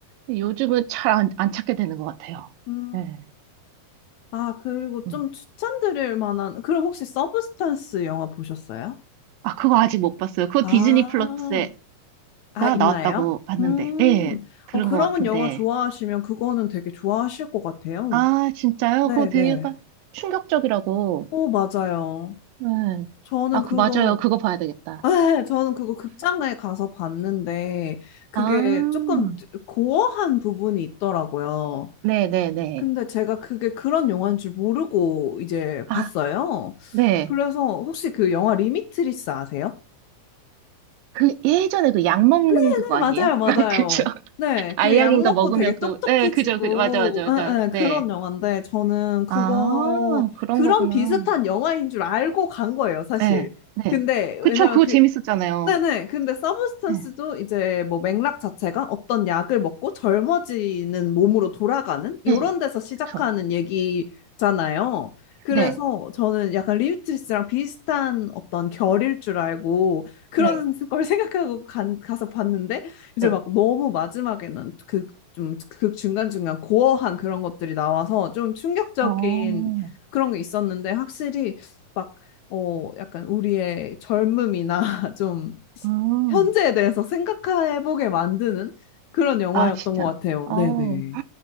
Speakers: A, on the right (about 80°); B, on the left (about 75°).
A: 요즘은 잘 안, 안 찾게 되는 것 같아요.
B: 음.
A: 네.
B: 아, 그리고
A: 어.
B: 좀 추천드릴 만한, 그럼 혹시 서브스탄스 영화 보셨어요?
A: 아, 그거 아직 못 봤어요. 그거
B: 아,
A: 디즈니 플러스가
B: 아, 있나요?
A: 나왔다고 봤는데,
B: 음,
A: 예, 들은
B: 어, 그런
A: 것 같은데.
B: 영화 좋아하시면 그거는 되게 좋아하실 것 같아요.
A: 아, 진짜요?
B: 네네.
A: 그거 되게 약간 충격적이라고.
B: 오, 맞아요.
A: 네.
B: 저는
A: 아,
B: 그거,
A: 그, 맞아요. 그거 봐야 되겠다.
B: <laughs> 저는 그거 극장에 가서 봤는데, 그게
A: 아,
B: 조금 고어한 부분이 있더라고요.
A: 네네네.
B: 근데 제가 그게 그런 영화인 줄 모르고 이제
A: 아,
B: 봤어요.
A: 네.
B: 그래서 혹시 그 영화 리미트리스 아세요?
A: 그 예전에 그 약 먹는
B: 네,
A: 그거
B: 네,
A: 아니에요?
B: 맞아요, 맞아요.
A: <laughs> 그죠?
B: 네,
A: 알약인가
B: 그 약 먹고
A: 먹으면
B: 되게
A: 그,
B: 똑똑해지고,
A: 네, 그죠, 그죠. 맞아, 맞아, 맞아.
B: 에, 에, 그런
A: 네.
B: 영화인데, 저는 그거,
A: 아, 그런
B: 그런
A: 거구나.
B: 비슷한 영화인 줄 알고 간 거예요, 사실.
A: 네, 네.
B: 근데,
A: 그쵸,
B: 왜냐면
A: 그거
B: 그,
A: 재밌었잖아요.
B: 네네. 근데 서브스턴스도
A: 네,
B: 이제 뭐 맥락 자체가 어떤 약을 먹고 젊어지는 몸으로 돌아가는 이런
A: 네.
B: 데서 시작하는
A: 그쵸.
B: 얘기잖아요. 그래서
A: 네,
B: 저는 약간 리우트리스랑 비슷한 어떤 결일 줄 알고 그런
A: 네,
B: <laughs> 걸 생각하고 간, 가서 봤는데 이제
A: 네.
B: 막 너무 마지막에는 그 좀 그 중간중간 고어한 그런 것들이 나와서 좀 충격적인
A: 어,
B: 그런 게 있었는데 확실히 막 어, 약간 우리의 젊음이나 <laughs> 좀 시-
A: 음.
B: 현재에 대해서 생각해보게 만드는 그런 영화였던
A: 아, 진짜.
B: 것 같아요.
A: 어,
B: 네네.